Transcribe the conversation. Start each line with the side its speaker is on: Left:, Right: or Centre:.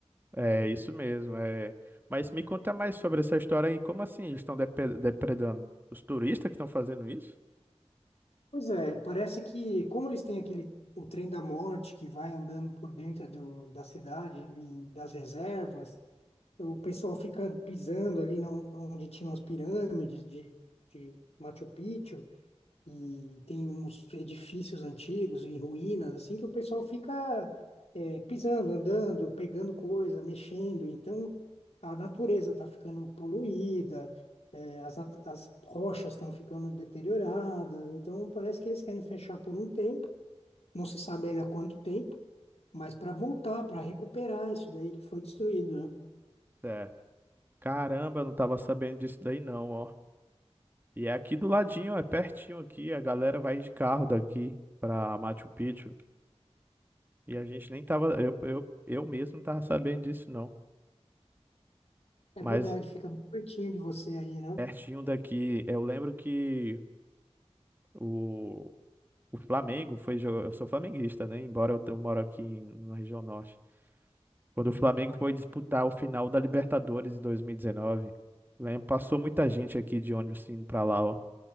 Right: um, é isso mesmo. É... Mas me conta mais sobre essa história aí. Como assim eles estão depre- depredando? Os turistas que estão fazendo isso?
Left: Pois é, parece que como eles têm aquele o trem da morte que vai andando por dentro do, da cidade e das reservas O pessoal fica pisando ali na, onde tinham as pirâmides de, de Machu Picchu e tem uns edifícios antigos em ruínas, assim, que o pessoal fica é, pisando, andando, pegando coisa, mexendo. Então, a natureza está ficando poluída, é, as, nat- as rochas estão ficando deterioradas. Então, parece que eles querem fechar por um tempo, não se sabe ainda quanto tempo, mas para voltar, para recuperar isso daí que foi destruído, né?
Right: Certo. Caramba, eu não tava sabendo disso daí não, ó. E é aqui do ladinho, é pertinho aqui. A galera vai de carro daqui pra Machu Picchu. E a gente nem tava. Eu, eu, eu mesmo não tava sabendo disso não.
Left: É
Right: Mas
Left: verdade, fica muito pertinho de você aí, né?
Right: pertinho daqui. Eu lembro que. O, O Flamengo foi. jo- Eu sou flamenguista, né? Embora eu te- eu moro aqui em- na região norte. Quando o Flamengo foi disputar o final da Libertadores em 2019, lembro, passou muita gente aqui de ônibus indo pra lá, ó.